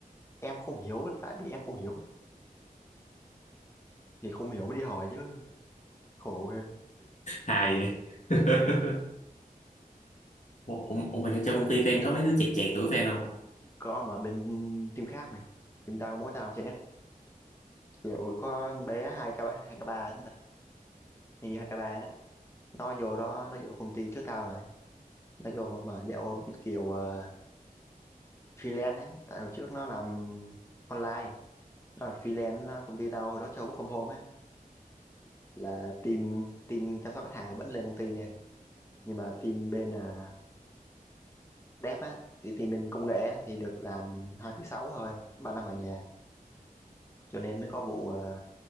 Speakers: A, on the left; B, on the left.
A: em không hiểu tại vì em không hiểu thì không hiểu mới đi hỏi chứ khổ ghê
B: hài vậy <laughs> ủa, ủa ủa mà trong công ty fan có mấy đứa chẹt chẹt tuổi fan không
A: có mà bên team khác mày team tao có mỗi tao chơi nhất kiểu có bé hai k hai k ba chúng ta hình như hai k ba đó nó vô đó nó vô công ty trước tao rồi nó vô mà dạo kiểu ờ, freelance á tại hồi trước nó làm online đó là freelance đó, công ty tao hồi đó cho work from home á là team team chăm sóc khách hàng thì vẫn lên công ty nha nhưng mà team bên à, dev á thì team bên công nghệ á, thì được làm hai thứ sáu thôi ba năm ở nhà cho nên mới có vụ à,